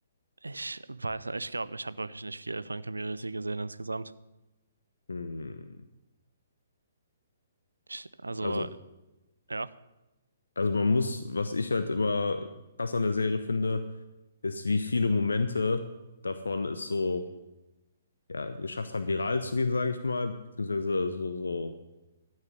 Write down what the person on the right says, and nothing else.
ich weiß nicht, ich glaube, ich habe wirklich nicht viel von Community gesehen insgesamt.
Ich, also,
ja,